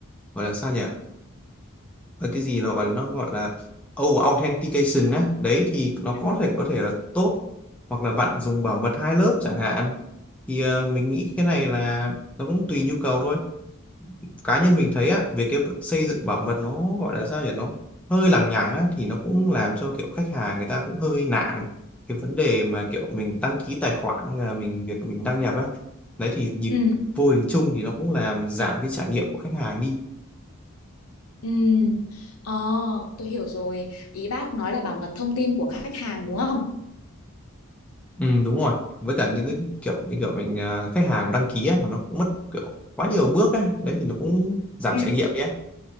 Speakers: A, in the centre; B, on the left (about 80°).
A: gọi là sao nhỉ và cái gì nó gọi là nó gọi là over authentication á đấy thì nó có
B: Ừ.
A: thể có thể là tốt hoặc là bạn dùng bảo mật hai lớp chẳng hạn thì ờ, mình nghĩ cái này là nó cũng tùy nhu cầu thôi cá nhân mình thấy á việc cái xây dựng bảo mật nó gọi là sao nhỉ nó hơi lằng nhằng á thì nó cũng làm cho kiểu khách hàng người ta cũng hơi nản cái vấn đề mà kiểu mình đăng ký tài khoản hay là mình việc mình đăng nhập á đấy thì nhìn
B: Ừ.
A: vô hình chung thì nó cũng làm giảm cái trải nghiệm của khách hàng đi
B: Ừ. Ờ, tôi hiểu rồi. Ý bác nói là bảo mật thông tin của khách hàng đúng không?
A: Ừ, đúng rồi với cả những cái kiểu như kiểu mình à, khách hàng đăng ký á, mà nó cũng mất kiểu quá nhiều bước á đấy thì nó cũng giảm
B: Ừ.
A: trải nghiệm đi á